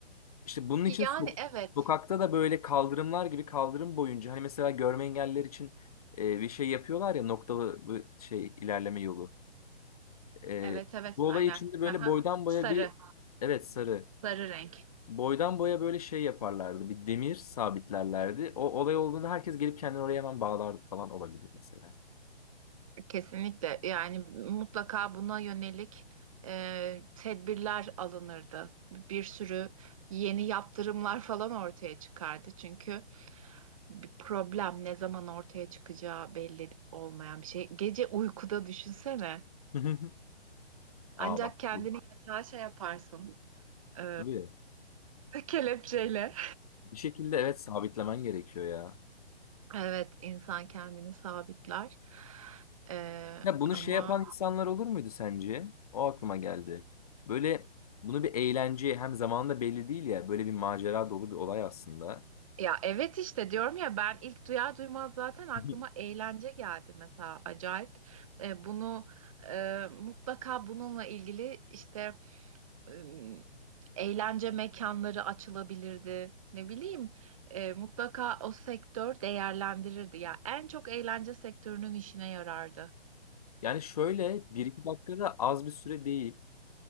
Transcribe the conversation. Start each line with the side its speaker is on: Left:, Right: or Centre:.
Left: İşte bunun
Right: Yani
Left: için so-
Right: evet,
Left: sokakta da böyle kaldırımlar gibi kaldırım boyunca hani mesela görme engelliler için e, bir şey yapıyorlar ya noktalı bu şey ilerleme yolu. E,
Right: evet, evet,
Left: bu
Right: aynen.
Left: olay içinde böyle
Right: Aha.
Left: boydan boya
Right: Sarı,
Left: bir evet sarı.
Right: sarı renk.
Left: Boydan boya böyle şey yaparlardı. Bir demir sabitlerlerdi. O olay olduğunda herkes gelip kendini oraya hemen bağlardı falan olabilir mesela.
Right: Kesinlikle yani mutlaka buna yönelik e, tedbirler alınırdı. Bir sürü yeni yaptırımlar falan ortaya çıkardı. Çünkü bir problem ne zaman ortaya çıkacağı belli olmayan bir şey. Gece uykuda düşünsene.
Left: <laughs> Aa
Right: Ancak
Left: bak
Right: kendini
Left: bu.
Right: yatağa şey yaparsın e,
Left: Tabii.
Right: <laughs> kelepçeyle.
Left: Bir şekilde evet sabitlemen gerekiyor ya.
Right: Evet insan kendini sabitler. E,
Left: Ya bunu
Right: ama
Left: şey yapan insanlar olur muydu sence? O aklıma geldi. Böyle bunu bir eğlence hem zamanında belli değil ya. Böyle bir macera dolu bir olay aslında.
Right: Ya evet işte diyorum ya ben ilk duyar duymaz zaten aklıma
Left: <laughs>
Right: eğlence geldi mesela acayip. E, bunu e, mutlaka bununla ilgili işte e, eğlence mekanları açılabilirdi. Ne bileyim e, mutlaka o sektör değerlendirirdi. Ya en çok eğlence sektörünün işine yarardı.
Left: Yani şöyle bir iki dakikada az bir süre değil.